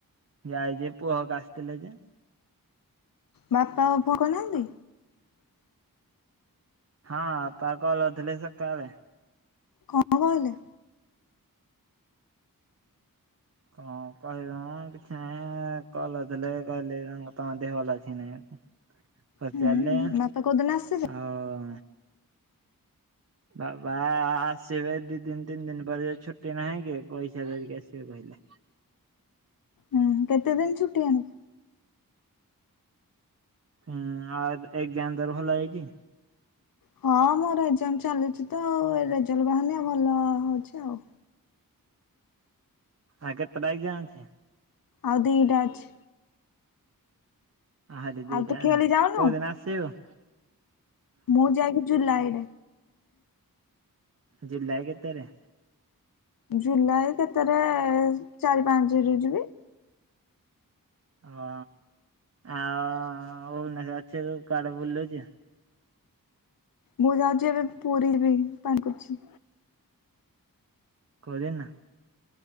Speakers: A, on the right; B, on the left.
A: ଯାଇଚି ଯେ ପୁଅ ହରିକା ଆସିଥିଲେ ଯେ
B: ବାପା <unintelligible> ଭୋଗନାହାନ୍ତି।
A: ହଁ ପା କଲ କରିଥିଲେ ସକାଳେ।
B: କଣ କହିଲେ?
A: କଣ କହିବେ ମଁ କିଛି ନାହିଁ କଲଥିଲେ କାଲି ତମ ଦେହ ଭଲ ଅଛି ନା ନାଇଁ ପଚାରିଲେ
B: ହୁଁ
A: ଆଉ
B: ବାପା କୋଉଦିନ ଆସିବେ?
A: ବାବା ଆସିବେ ଦି ଦିନ ତିନି ଦିନ ପରେ ଯୋଉ ଛୁଟି ନାହିଁ କି ପଇସା ଧରିକି ଆସିବେ କହିଲେ।
B: ହୁଁ କେତେଦିନ ଛୁଠିଆଣି
A: ହୁଁ ଆଉ ଏକଜାମ୍ ତୋ ଭଲ ହେଇଛି?
B: ହଁ ମୋର ଏଗଜାମ ଚାଲିଛି ତ ଆଉ ରେଜଲ୍ଟ ବାହାରିନି ଭଲ ହଉଛି ଆଉ।
A: ଆଉ କେତେଟା ଏକଜାମ୍ ଅଛି?
B: ଆଉ ଦିଟା ଅଛି।
A: ଆହୁରି ଦିଟା
B: ଆଉ ତୁ ଖେଳି ଯାଉନୁ
A: କୋଉଦିନ ଆସିବୁ ଆଉ?
B: ମୁଁ ଯାଇକି ଜୁଲାଇ <inaudible>
A: ଜୁଲାଇ କେତେରେ?
B: ଜୁଲାଇ କେତେରେ ଚାରି ପାଞ୍ଚରୁ ଯିବି
A: ହଁ ଆଉ ଅଛ କୁଆଡ଼େ ବୁଲୁଚୁ?
B: ମୁଁ ଯାଉଛି ଏବେ ପୁରୀ ବି ପ୍ଲାନ୍ କରୁଛି।
A: କୋଉଦିନ?